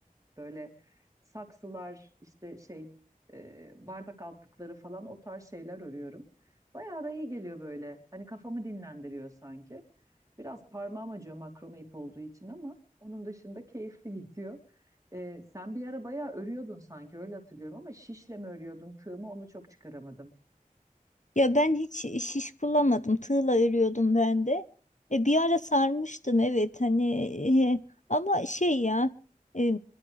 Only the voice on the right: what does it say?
böyle saksılar işte şey e, bardak altlıkları falan o tarz şeyler örüyorum. Bayağı da iyi geliyor böyle. Hani kafamı dinlendiriyor sanki. Biraz parmağım acıyor makrome ip olduğu için ama onun dışında keyifli <laughs> gidiyor. Ee, sen bir ara bayağı örüyordun sanki öyle hatırlıyorum ama şişle mi örüyordun tığ mı onu çok çıkaramadım.